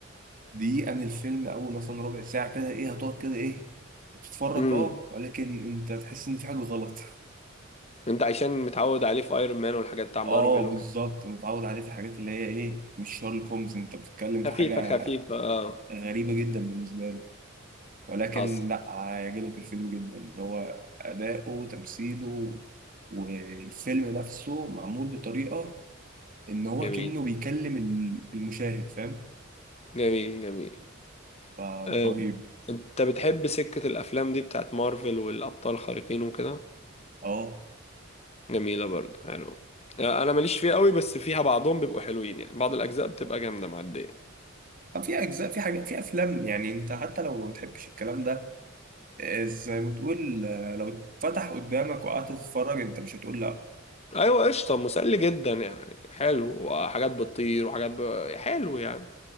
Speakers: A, on the right; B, on the left.
A: دقيقة من الفيلم أول مثلا ربع ساعة كده إيه هتقعد كده إيه بتتفرج
B: امم
A: أه ولكن أنت تحس إن في حاجة غلط <laughs>
B: انت عشان متعود عليه في ايرون مان والحاجات بتاع
A: أه
B: مارفل
A: بالظبط متعود عليه في الحاجات اللي هي إيه مش شارلوك هومز أنت بتتكلم في
B: خفيفة
A: حاجة
B: خفيفة اه
A: غريبة جدا بالنسبة له ولكن
B: حصل
A: لا هيعجبك الفيلم جدا اللي هو أداؤه تمثيله والفيلم نفسه معمول بطريقة إن هو
B: جميل
A: كأنه بيكلم ال- المشاهد فاهم
B: جميل جميل
A: فلا
B: أم،
A: رهيب
B: انت بتحب سكة الافلام دي بتاعت مارفل والابطال الخارقين وكده
A: اه
B: جميلة برضو حلو آه، انا ماليش فيها قوي بس فيها بعضهم بيبقوا حلوين يعني بعض الاجزاء بتبقى جامدة معدية
A: طب في أجزاء في حاجات في أفلام يعني أنت حتى لو ما بتحبش الكلام ده آه، زي ما تقول آه، لو اتفتح قدامك وقعدت تتفرج أنت مش هتقول لأ
B: ايوه قشطة مسلي جدا يعني حلو وحاجات بتطير وحاجات ب... حلو يعني